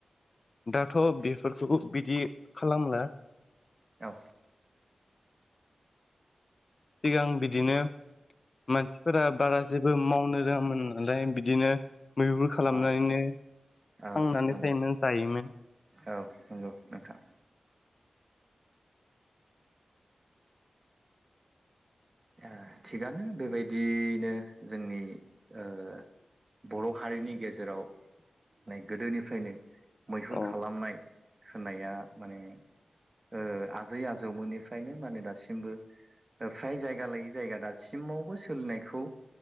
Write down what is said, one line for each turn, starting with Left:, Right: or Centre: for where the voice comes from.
Left: दाथ' बेफोरखौ बिदि खालामला
Right: औ
Left: सिगां बिदिनो मानसिफोरा बारा जेबो मावनो रोङामोन नालाय बिदिनो मैुर खालामनानैनो
Right: औ
Left: थांनानै
Right: औ नंगौ
Left: थायोमोन जायोमोन
Right: औ नंगौ नोंथां ओ थिगानो बेबायदियनो जोंनि ओ बर' हारिनि गेजेराव नै गोदोनिफ्रायनो मैहुर
Left: औ
Right: खालामनाय होननाया माने ओ आजै आजौमोननिफ्रायनो माने दासिमबो फ्राय जाय गा लायै जायगा दासिमावबो सोलिनायखौ